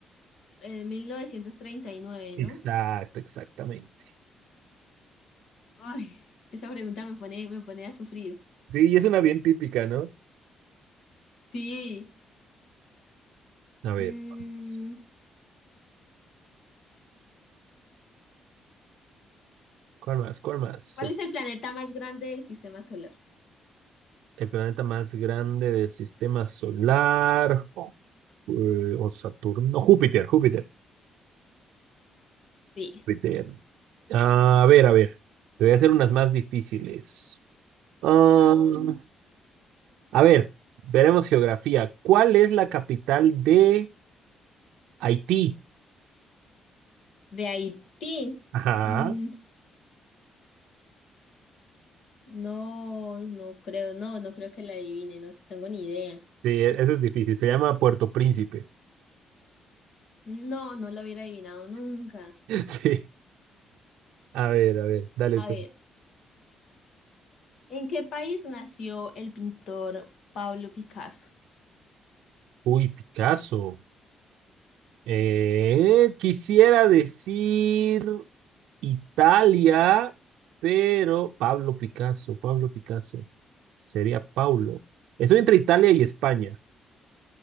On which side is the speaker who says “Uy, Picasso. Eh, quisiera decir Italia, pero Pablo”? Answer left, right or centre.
Right